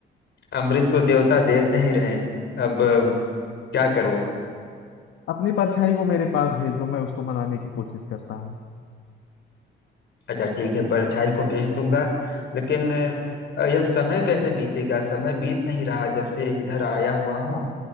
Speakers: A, on the left (about 60°); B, on the left (about 80°).
A: अमृत तो देवता दे नहीं रहे अब क्या करो
B: अपनी परछाई को मेरे पास भेज दो मैं उसको मनाने की कोशिश करता हूँ
A: अच्छा ठीक है परछाई को भेज दूंगा लेकिन अ, यह समय कैसे बीतेगा समय बीत नहीं रहा जब से इधर आया हुआ हूँ